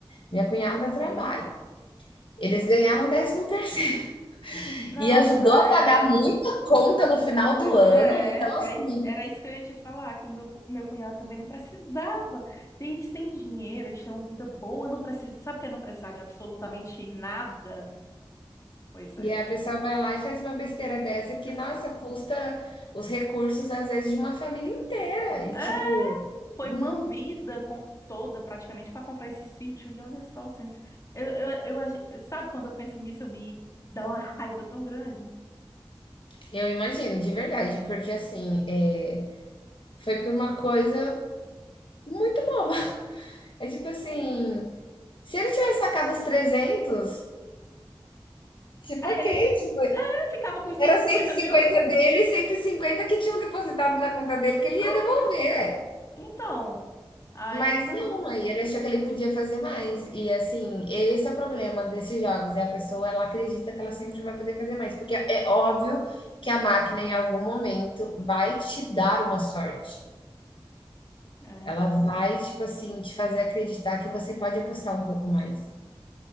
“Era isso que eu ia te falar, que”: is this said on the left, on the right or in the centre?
Left